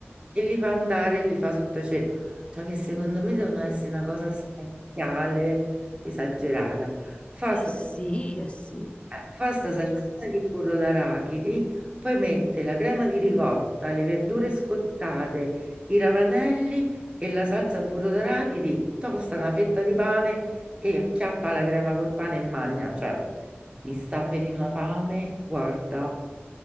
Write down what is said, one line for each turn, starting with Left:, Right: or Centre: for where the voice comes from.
Right: e li fa andare e li fa sott'acido. Cioè che secondo me devono essere una cosa spaziale, esagerata. Fa
Left: eh
Right: sto-
Left: sì, eh sì.
Right: eh, fa sta salsina di burro d'arachidi, poi mette la crema di ricotta, le verdure scottate, i ravanelli e la salsa burro d'arachidi, tosta una fetta di pane e acchiappa la crema col pane e magna. Cioè, mi sta venendo una fame, guarda,